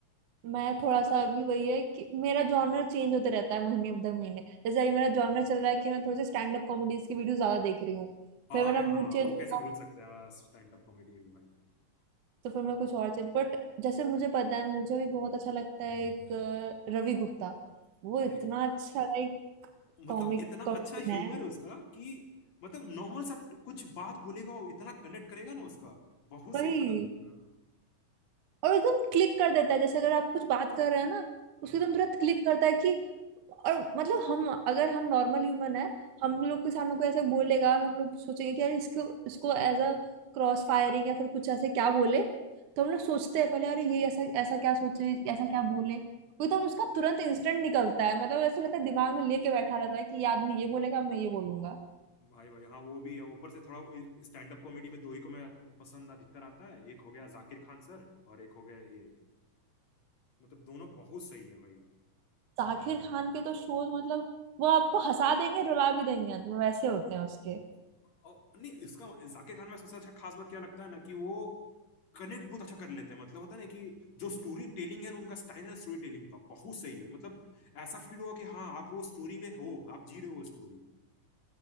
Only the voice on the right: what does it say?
मैं थोड़ा सा अभी वही है कि मेरा जॉनर चेंज होता रहता है महीने दर महीने जैसे अभी मेरा जॉनर चल रहा है कि मैं थोड़े से स्टैंड अप कॉमेडीज की वीडियो ज्यादा देख रही हूँ
फिर मेरा
मूड चेंज
होगा
तो फिर मैं कुछ और चेंज बट जैसे मुझे पता है मुझे भी बहुत अच्छा लगता है एक अ, रवि गुप्ता वो इतना
अच्छा लाइक
कॉमिक
कॉमेडियन
है
वही
और एकदम क्लिक कर देता है जैसे अगर आप कुछ बात कर रहे हैं ना उसको
एकदम तुरंत क्लिक करता है कि और मतलब हम अगर हम नॉर्मल ह्यूमन है हम लोग के सामने कोई ऐसा बोलेगा हम लोग सोचेंगे कि यार इसको इसको एज अ क्रॉस फायरिंग या फिर कुछ ऐसे क्या बोले तो हम लोग सोचते हैं पहले अरे ये ऐसा ऐसा क्या सोचे ऐसा क्या बोले वो एकदम उसका तुरंत इंस्टेंट निकलता है मतलब ऐसा लगता है दिमाग में लेके बैठा रहता है कि ये आदमी ये बोलेगा मैं ये बोलूंगा
जाकिर खान के तो शोज मतलब वो आपको हंसा देंगे रुला भी देंगे अंत में वैसे होते हैं उसके